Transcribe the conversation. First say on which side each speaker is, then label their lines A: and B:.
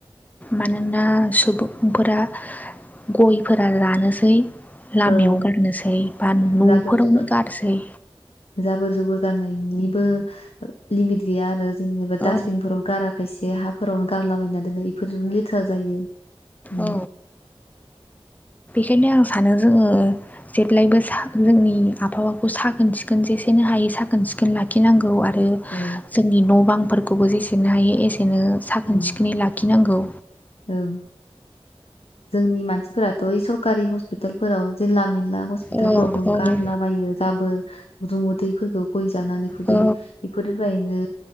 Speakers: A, on the left; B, on the left.
A: मानोना सुबुंफोरा गयफोरा लानोसै लामायाव
B: औ
A: गारनोसै बा
B: नों
A: न'फोरावनो
B: जाबोर जुबोर
A: गारसै
B: जाबोर जुबोर गारनायनिबो लिमिट गैया आरो जेनेबा डास्टबिनफोराव
A: औ
B: गारा खायसे हाफोरावनो गारलाबायना दोनो बेफोरजोंनो लेथ्रा जायो ओम
A: औ बेखायनो आं सानो जोङो जेब्लायबो सा जोंनि आबहावाखौ साखोन सिखोन जेसेनो हायो साखोन सिखोन लाखिनांगौ आ रो
B: औ
A: जोंनि न' बांफोरखौबो जेसेनो हायो एसेनो साखोन
B: उम,
A: सिखोनै लाखिनांगौ
B: ओं जोंनि मानसिफोराथ' ओइ सरकारि हस्पिटालफोराव जेला मेन ला हस्पितालफोरावबो
A: औ औ
B: गारलाबायो जाबोर जुमुदैफोरखौ गय जानानै खुदै
A: औ
B: बेफोरनिफ्रायनो